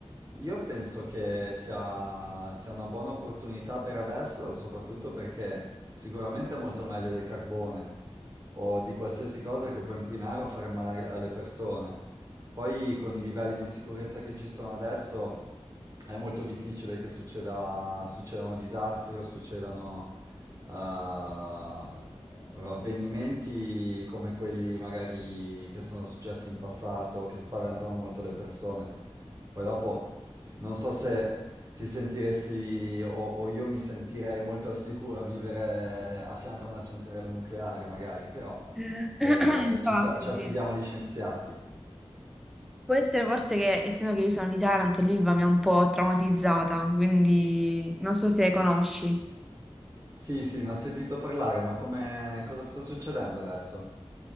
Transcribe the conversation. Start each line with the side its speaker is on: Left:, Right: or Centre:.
Right: io penso che sia, sia una buona opportunità per adesso, soprattutto perché sicuramente è molto meglio del carbone o di qualsiasi cosa che può inquinare o fare male alle persone. Poi con i livelli di sicurezza che ci sono adesso è molto difficile che succeda- succedano disastri o succedano eh, avvenimenti come quelli magari che sono successi in passato, che spaventano molto le persone. Poi dopo non so se ti sentiresti o, o io mi sentirei molto al sicuro a vivere a fianco a una centrale nucleare, magari, però
Centre: Eh,
Right: eh,
Centre: <clears throat> Infatti,
Right: ci, sia- ci
Centre: sì.
Right: affidiamo agli scienziati.
Centre: Può essere forse che, essendo che io sono di Taranto, l'Ilva mi ha un po' traumatizzata, quindi non so se conosci.
Right: Sì, sì, ne ho sentito parlare, ma come, cosa sta succedendo adesso?